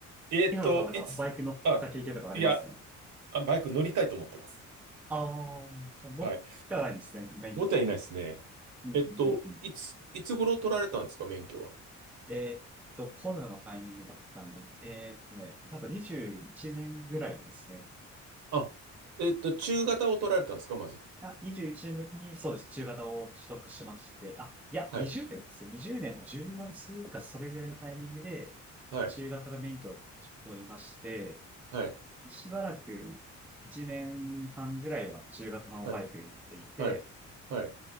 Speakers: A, on the right (about 70°); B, in the centre.
A: えーっと、
B: 井原さん、なんかバイク乗った経験とかあります
A: いつ、あ、いや、あバイク乗りたいと思ってます。
B: ああー、じゃあ乗ってはないんですね、
A: はい。
B: 免許とかも。
A: もったいないですね。
B: うんうんうんうん
A: えっと、いつ、いつ頃取られたんですか、免許は。
B: えーっと、コロナのタイミングだったんで、えーっとね、多分21年ぐらいですね。
A: あ、えっと、中型を取られたんですか、まず。
B: あ、21年の時に、そうです。中型を取得しまして、あ、いや、
A: はい。
B: 20年ですよ。20年の10分数か、それぐらいのタイミングで、
A: はい。
B: 中型の免許を確か取りまして、
A: はい。
B: しばらく1年半ぐらいは中型のバイクに乗っていて、
A: はい。はい。はい。